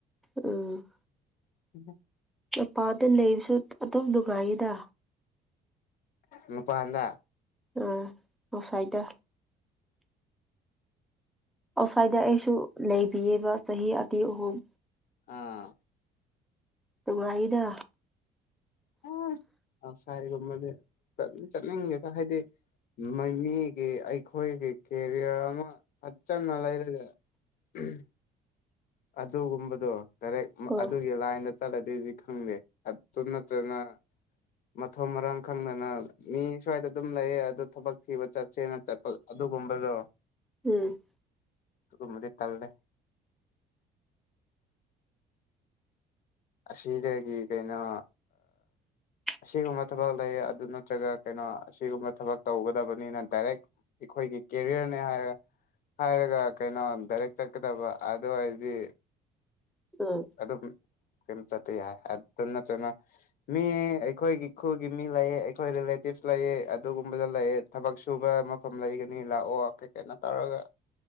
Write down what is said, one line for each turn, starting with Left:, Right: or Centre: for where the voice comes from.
Centre: ꯎꯝ
Left: <unintelligible>
Centre: ꯀꯦꯄꯥꯥꯗ ꯂꯩꯕꯁꯨ ꯑꯗꯨꯝ ꯅꯨꯡꯉꯥꯏꯌꯦꯗꯥ
Left: ꯅꯨꯄꯥꯥꯟꯗ
Centre: ꯑꯣ ꯉꯁꯥꯏꯗ ꯑꯁꯥꯏꯗ ꯑꯩꯁꯨ ꯂꯩꯕꯤꯌꯦꯕ ꯆꯍꯤ ꯑꯇꯦꯛ ꯑꯍꯨꯝ
Left: ꯑꯥ
Centre: ꯐꯦꯕ꯭ꯋꯥꯔꯤꯗ
Left: ꯑꯁ ꯑꯥꯎꯠꯁꯥꯏꯠꯒꯨꯝꯕꯗꯤ ꯀꯔꯤꯝ ꯆꯠꯅꯤꯡꯗꯦꯗꯥ ꯍꯥꯏꯗꯤ ꯃꯃꯤꯒꯤ ꯑꯩꯈꯣꯏꯒꯤ ꯀꯦꯔꯤꯌꯔ ꯑꯃ ꯐꯖꯅ ꯂꯩꯔꯒ <unintelligible> ꯑꯗꯨꯒꯨꯝꯕꯗꯣ ꯗꯥꯏꯔꯦꯛ ꯃ
Centre: ꯑꯣ
Left: ꯑꯗꯨꯒꯤ ꯂꯥꯏꯟꯗ ꯆꯠꯂꯗꯤꯗꯤ ꯈꯪꯗꯦ ꯑꯗꯨ ꯅꯠꯇ꯭ꯔꯅ ꯃꯊꯣꯡ ꯃꯔꯝ ꯈꯪꯗꯅ ꯃꯤ ꯁ꯭ꯋꯥꯏꯗ ꯑꯗꯨꯝ ꯂꯩꯌꯦ ꯑꯗꯣ ꯊꯕꯛ ꯊꯤꯕ ꯆꯠꯁꯦꯅ ꯆꯠꯄ ꯑꯗꯨꯒꯨꯝꯕꯗꯣ
Centre: ꯎꯝ
Left: ꯑꯗꯨꯒꯨꯝꯕꯗꯤ ꯇꯜꯂꯦ ꯑꯁꯤꯗꯒꯤ ꯀꯩꯅꯣ
Centre: <inaudible>
Left: ꯑꯁꯤꯒꯨꯝꯕ ꯊꯕꯛ ꯂꯩ ꯑꯗꯨ ꯅꯠꯇ꯭ꯔꯒ ꯀꯩꯅꯣ ꯑꯁꯤꯒꯨꯝꯕ ꯊꯕꯛ ꯇꯧꯒꯗꯕꯅꯤꯅ ꯗꯥꯏꯔꯦꯛ ꯑꯩꯈꯣꯏꯒꯤ ꯀꯦꯔꯤꯌꯔꯅꯦ ꯍꯥꯏꯔꯦ ꯍꯥꯏꯔꯒ ꯀꯩꯅꯣ ꯗꯥꯏꯔꯦꯛ ꯆꯠꯀꯗꯕ ꯑꯗꯨ ꯑꯣꯏꯔꯗꯤ
Centre: <unintelligible>
Left: ꯑꯗꯨꯒꯤ ꯀꯩꯅꯣ ꯆꯠꯄ ꯌꯥꯏ ꯑꯗꯨ ꯅꯠꯇ꯭ꯔꯅ ꯃꯤ ꯑꯩꯈꯣꯏꯒꯤ ꯈꯨꯜꯒꯤ ꯃꯤ ꯂꯩꯌꯦ ꯑꯩꯈꯣꯏ ꯔꯤꯂꯦꯇꯤꯞꯁ ꯂꯩꯌꯦ ꯑꯗꯨꯒꯨꯝꯕꯗ ꯂꯩꯌꯦ ꯊꯕꯛ ꯁꯨꯕ ꯃꯐꯝ ꯂꯩꯒꯅꯤ ꯂꯥꯛꯑꯣ ꯈꯣꯏ ꯀꯩꯅꯣ ꯇꯧꯔꯒ